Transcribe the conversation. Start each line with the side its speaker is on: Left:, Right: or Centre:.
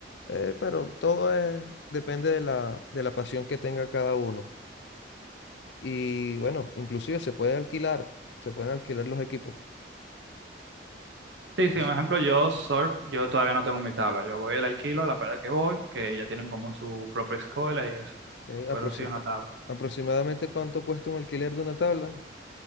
Left: Eh, pero todo es, depende de la, de la pasión que tenga cada uno. Y bueno, inclusive se puede alquilar, se pueden alquilar los equipos.
Right: Sí,
Left: Pues,
Right: sí, un ejemplo, yo surf, yo todavía no tengo mi tabla. Yo voy al alquilo, a la playa que voy, que ya tienen como su propia escuela y eso.
Left: eh,
Right: Pero
Left: aproxim-
Right: sí, una tabla.
Left: aproximadamente cuánto cuesta un alquiler de una tabla.